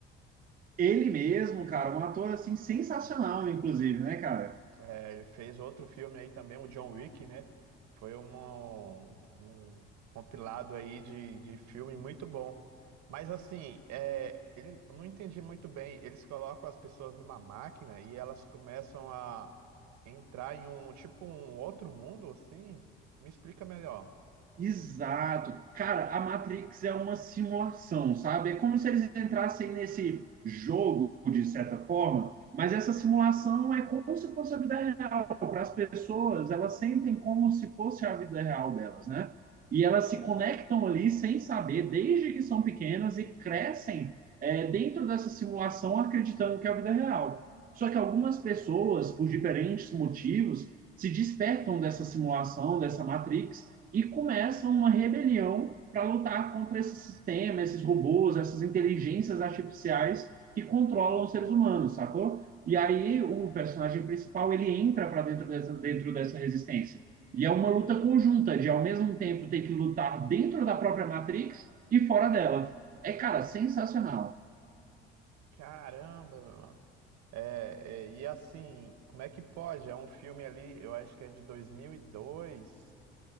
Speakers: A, on the right; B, on the right.
A: ele mesmo, cara, um ator assim sensacional, inclusive, né, cara?
B: É, ele fez outro filme aí também, o John Wick, né? Foi um, um compilado aí de, de filme muito bom. Mas assim, é, ele, eu não entendi muito bem. Eles colocam as pessoas numa máquina e elas começam a entrar em um tipo um outro mundo assim. Me explica melhor.
A: Exato. Cara, a Matrix é uma simulação, sabe? É como se eles entrassem nesse jogo, de certa forma, mas essa simulação é como se fosse a vida real. Para as pessoas, elas sentem como se fosse a vida real delas, né? E elas se conectam ali sem saber, desde que são pequenas e crescem é, dentro dessa simulação, acreditando que é a vida real. Só que algumas pessoas, por diferentes motivos, se despertam dessa simulação, dessa Matrix e começam uma rebelião para lutar contra esse sistema, esses robôs, essas inteligências artificiais que controlam os seres humanos, sacou? E aí o personagem principal ele entra para dentro dessa, dentro dessa resistência. E é uma luta conjunta de ao mesmo tempo ter que lutar dentro da própria Matrix e fora dela. É, cara, sensacional.
B: Caramba, mano. É, é, e assim, como é que pode? É um filme ali, eu acho que é de 2002.